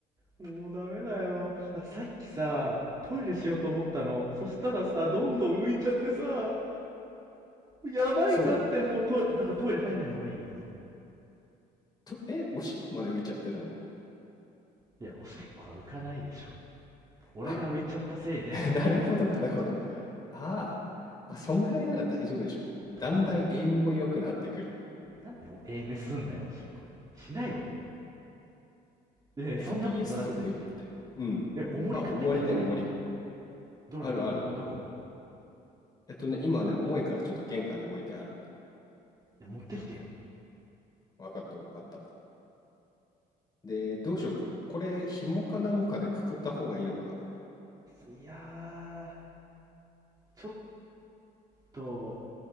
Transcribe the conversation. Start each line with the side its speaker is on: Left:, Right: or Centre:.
Right: もうダメだよ。だってさっきさ、トイレしようと思ったの。そしたらさ、どんどん浮いちゃってさ、やばいんだって、
Left: そうだね。
Right: もうト、だからトイレ入んない方がいいよ、今。
Left: と、え、おしっこまで浮いちゃってるの
Right: いや、おしっこは浮かないでしょ。俺が浮いちゃったせいで、
Left: あ、<laughs> なるほど、なるほど。ああ、まあ、そんぐらいなら大丈夫でしょ。
Right: どこが、
Left: だんだんエイムも良くなってくるよ。
Right: なんでお、エメすんだよ、おしっこで。しないわ。え、そんなことじゃなくて、
Left: FPS 得意だって。うん。
Right: え、重り買ってきたんじゃないの
Left: あ、重りね、重り。
Right: どこ、
Left: あるある。
Right: どこどこどこ
Left: えっとね、今ね、重いからちょっと玄関に置いてある。
Right: いや、持ってきてよ。
Left: わかったわかった。で、どうしようか。これ、紐かなんかでくくった方がいいのかな。
Right: いやー、ちょっと、